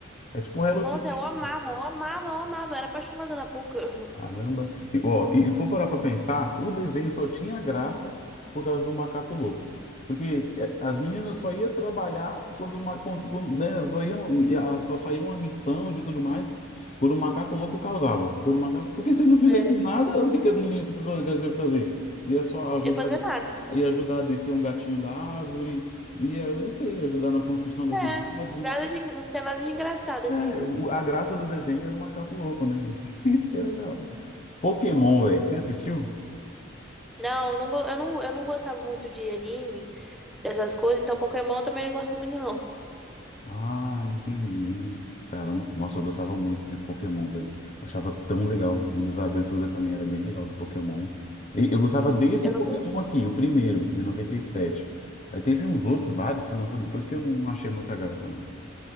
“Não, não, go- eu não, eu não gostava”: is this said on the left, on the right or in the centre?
Centre